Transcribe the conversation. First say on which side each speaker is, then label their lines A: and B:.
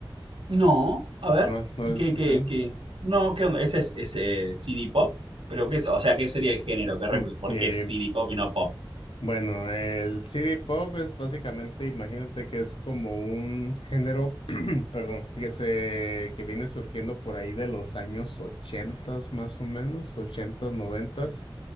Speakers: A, on the right; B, on the left.
A: No, a ver,
B: ¿No, no
A: ¿y
B: lo has
A: qué,
B: escuchado?
A: qué, qué? No, ¿qué onda? ¿Ese es ese CD pop? Pero qué es, o sea, ¿qué sería el género? ¿Qué rep-
B: Mm,
A: ¿Por
B: eh,
A: qué es CD pop y no pop?
B: bueno, el CD Pop es básicamente, imagínate que es como un género, <clears throat> perdón, que se, que viene surgiendo por ahí de los años ochentas más o menos, ochentas, noventas,